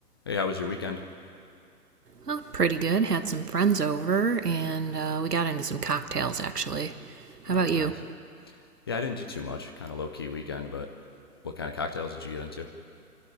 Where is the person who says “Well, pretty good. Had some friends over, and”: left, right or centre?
Right